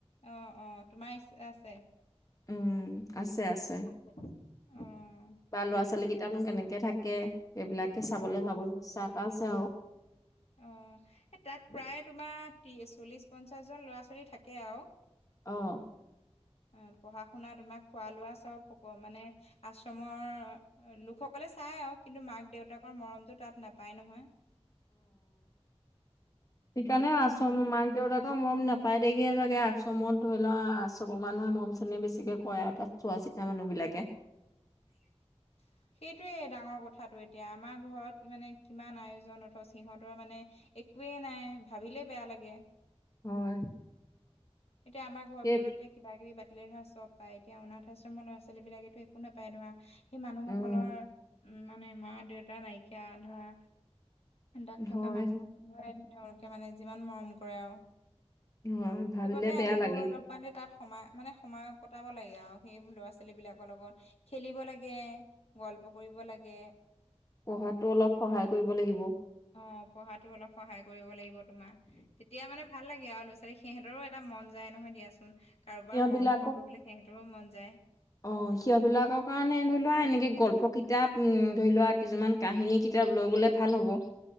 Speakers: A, on the left (about 65°); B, on the left (about 30°).
A: অ'-অ' তোমাৰ ইচ্ছা আছে?
B: উম, আছে আছে।
A: উম,
B: বা ল'ৰা ছোৱালী কেইটানো কেনেকে থাকে। সেইবিলাকে চাবলৈ
A: অ
B: যাবলৈ ইচ্ছা এটা আছে আৰু।
A: অঁ' এই তাত প্ৰায় তোমাৰ ত্ৰিশ, চল্লিছ, পঞ্চাছজন ল'ৰা ছোৱালী থাকে আৰু।
B: অঁ'
A: অ', পঢ়া শুনা তোমাৰ খোৱা লোৱা চব সক মানে আশ্ৰমৰ লোকসকলে চাই আৰু, কিন্তু মাক দেউতাকৰ মৰমতটো তাত নাপায় নহয়। <inaudible>
B: সেইকাৰণেও আশ্ৰম মাক দেউতাকৰ মৰম নাপায় দেখিয়ে চাগে আশ্ৰমত ধৰিলোৱা আশ্ৰমৰ মানুহে মৰম চেনেহ বেছিকে কৰে আৰু তাত চোৱা চিতা মানুহ বিলাকে।
A: <inaudible> সেইটোৱেই ডাঙৰ কথাটো এতিয়া আমাৰ ঘৰত মানে কিমান আয়োজন, অথচ সিহঁতৰ মানে একোৱেই নাই, ভাবিলেই বেয়া লাগে।
B: হয়
A: এতিয়া আমাৰ ঘৰ
B: সেই
A: বিলাকত এতিয়া কিবা কিবি পাতিলে ধৰা চব পায়, এতিয়া অনাথ আশ্ৰমৰ ল'ৰা ছোৱালী বিলাকেতো একো নাপায় ধৰা। সেই মানুহসকলৰ
B: উম
A: উম মানে মা দেউতা নাইকিয়া ধৰা তাত থকা
B: হয়
A: মানুহবোৰে তেওঁলোকে মানে যিমান মৰম কৰে আৰু
B: অ' ভাবিলে
A: সেইবাবে
B: বেয়া
A: আমি
B: লাগে।
A: গৈ অলপ মানে তাত সোমায় মানে সময় কটাব লাগে আৰু সেইবোৰ ল'ৰা ছোৱা লী বিলাকৰ লগত খেলিব লাগে গল্প কৰিব লাগে।
B: পঢ়াতো অলপ সহায় কৰিব লাগিব।
A: অ' পঢ়াতো অলপ সহায় কৰিব লাগিব তোমাৰ তেতিয়া মানে ভাল লাগে আৰু। সিহঁতৰো এটা মন যায় নহয় দিয়াচোন কাৰোবাৰ
B: সিহঁত
A: মৰমঅকন
B: বিলাকক
A: লবলৈ সিহঁতৰো মন যায়।
B: অ' সিহঁত বিলাকৰ কাৰণে ধৰি লোৱা এনেকে গল্প কিতাপ ধৰি লোৱা কিছুমান কাহিনী কিতাপ লৈ গ'লে ভাল হ'ব।